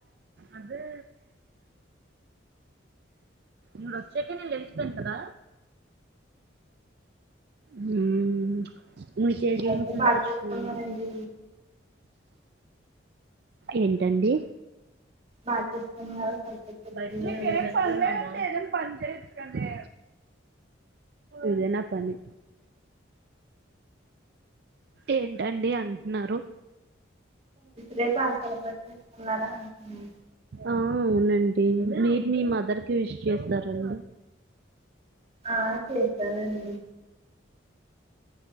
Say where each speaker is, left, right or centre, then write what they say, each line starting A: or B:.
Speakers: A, on the right; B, on the right.
A: అదే ఇడు వచ్చాక నేను లెగుస్తాను కదా హ్మ్ మీకు ఏ గేమ్స్
B: అయితే
A: అంటే
B: బాగా
A: ఇష్టం
B: చేసుకున్నారండి
A: అండి ఏంటండీ
B: బాట్ చేసుకున్నారు సెలబ్రేట్ చేసుకున్నారు
A: బట్టి ప
B: ఉమెన్స్
A: ఎం పని
B: డే
A: లేకపోతే పని చేయుచు కదే ఇదేనా పని ఏంటండి అంటున్నారు
B: రే బాషలు చూస్తున్నారా అంటు
A: ఆ అవునండి మీరు మీ మదర్ కి విష్ చేస్తార అండి
B: ఆ చేస్తానండి